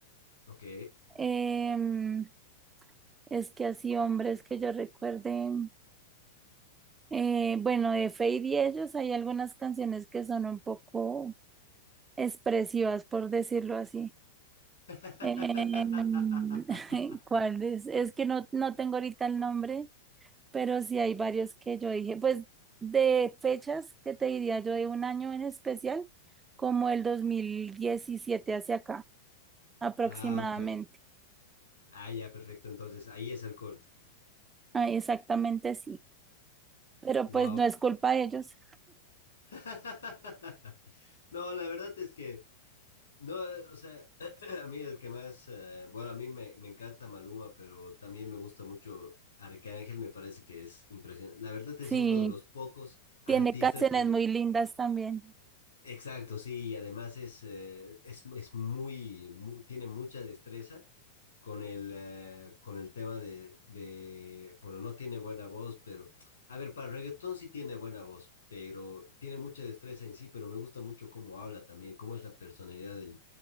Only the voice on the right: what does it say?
Em, es que así hombres que yo recuerde, eh, bueno, de Feid y ellos hay algunas canciones que son un poco expresivas, por decirlo así.
Em, <laughs> ¿cuál es? Es que no, no tengo ahorita el nombre, pero sí hay varios que yo dije. Pues de fechas, ¿qué te diría yo? De un año en especial, como el 2017 hacia acá, aproximadamente.
Ah, exactamente sí. Pero
pues no es culpa de ellos.
Sí,
tiene canciones
muy lindas también.